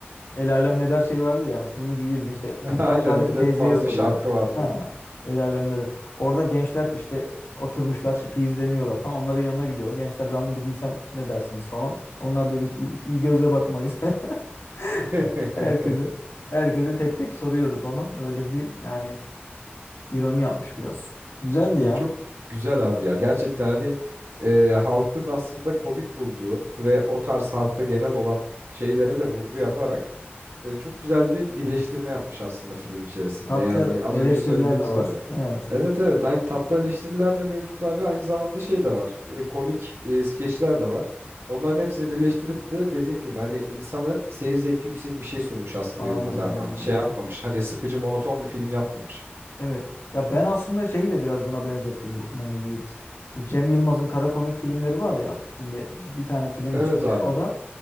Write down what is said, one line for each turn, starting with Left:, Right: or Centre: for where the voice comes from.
Left: El alem ne der şey vardı ya. Bunu giyeyim mi? İşte
Right: <laughs>
Left: gidip
Right: Aynen
Left: aşağıdaki
Right: bir de
Left: teyzeye
Right: parodi
Left: soruyor.
Right: şarkı vardı.
Left: Ha, el alem ne der. Orada gençler işte oturmuşlar, işte izleniyorlar falan. Onların yanına gidiyor. Gençler ben bunu giysem ne dersiniz falan. Onlar da biz iyi, iyi gözle bakmayız. <laughs>
Right: <laughs>
Left: Herkese, herkese tek tek soruyordu falan. Böyle bir yani ironi yapmış biraz. Güzeldi
Right: Ya
Left: ya.
Right: çok güzel abi ya. Gerçekten hani e, halkın aslında komik bulduğu ve o tarz halkta genel olan şeylere de vurgu yaparak e, çok güzel bir birleştirme yapmış aslında film içerisinde.
Left: Tatlı
Right: Yani az
Left: eleştiriler
Right: önce söylediğimiz
Left: de var.
Right: gibi.
Left: Evet.
Right: Evet evet aynı tatlı eleştiriler de mevcut abi. Aynı zamanda şey de var. E, komik e, skeçler de var. Onların hepsini birleştirip de dediğim gibi hani insanı seyir zevki yüksek bir şey sunmuş aslında
Left: Aynen
Right: Yılmaz Erdoğan.
Left: aynen
Right: Şey
Left: ya.
Right: yapmamış. Hani sıkıcı monoton bir film yapmamış.
Left: Evet. Ya ben aslında şeyi de biraz buna benzettim bu- e, Yiğit. Bu Cem Yılmaz'ın kara komik filmleri var ya. Şimdi bir tane film
Right: Evet
Left: içinde
Right: abi.
Left: o da